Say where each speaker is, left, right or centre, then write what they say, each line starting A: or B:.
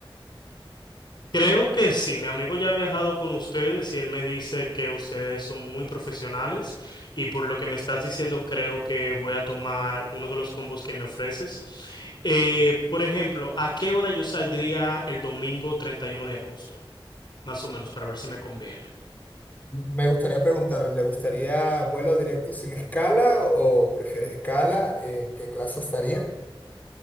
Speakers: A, on the left; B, on the left.
A: Creo que sí, mi amigo ya ha viajado con ustedes y él me dice que ustedes son muy profesionales y por lo que me estás diciendo creo que voy a tomar uno de los combos que me ofreces. Eh, por ejemplo, ¿a qué hora yo saldría el domingo 31 de agosto? Más o menos para ver si me conviene.
B: Me gustaría preguntarle, ¿le gustaría vuelo directo sin escala o prefiere escala? ¿En qué clase estaría?